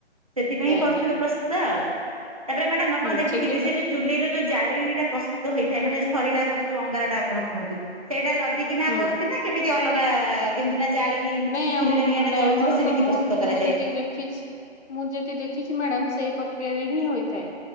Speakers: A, on the right (about 30°); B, on the left (about 75°).
A: ସେଥିପାଇଁ
B: ଆଜ୍ଞା
A: କରୁଥିବେ ପ୍ରସ୍ତୁତ ଆଉ ତାପରେ ମ୍ୟାଡାାମ ଆପଣ
B: ହୁଁ
A: ଦେଖିଥିବେ
B: ସେଥିପାଇଁ
A: ସେ ଯୋଉ ଚୁଲିର ଯୋଉ ଜାଳେଣୀ ଟା ପ୍ରସ୍ତୁତ ହେଇଥାଏ ମାନେ ସରିଲା ପରେ ଯୋଉ ଅଙ୍ଗାରଟା ଆପଣ କୁହନ୍ତୁ ସେଇଟା ଲ <unintelligible> ମା
B: ହୁଁ
A: କରନ୍ତି ନା କେମିତି ଅଲଗା କେମିତି ନା ଜାଳିକି
B: ନାଇଁ
A: ଚୁଲିରେ
B: ଆମ
A: ନିଆଁ ଟା
B: ନାଇଁ
A: ଜଳୁଥିବ
B: ଆମର
A: ସେମିତି
B: ତ ମୁଁ
A: ପ୍ରସ୍ତୁତ କରାଯାଏ
B: ମୁଁ ଯେତିକି ଦେଖିଛି ମୁଁ ଯେତିି ଦେଖିଛି ମ୍ୟାଡ଼ାାମ ସେଇ ପ୍ରକ୍ରିୟାରେ ହିଁ ହୋଇଥାଏ